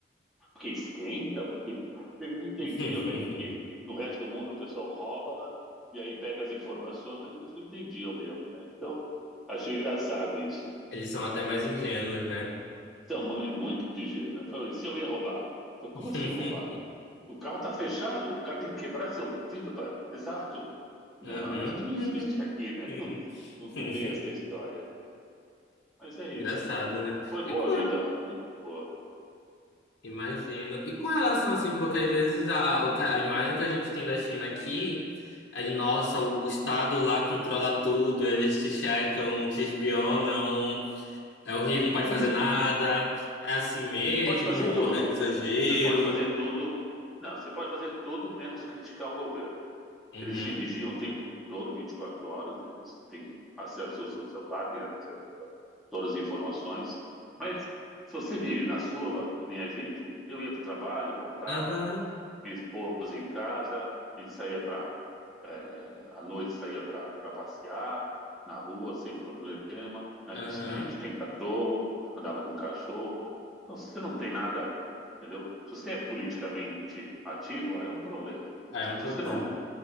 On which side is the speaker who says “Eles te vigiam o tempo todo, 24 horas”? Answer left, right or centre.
Centre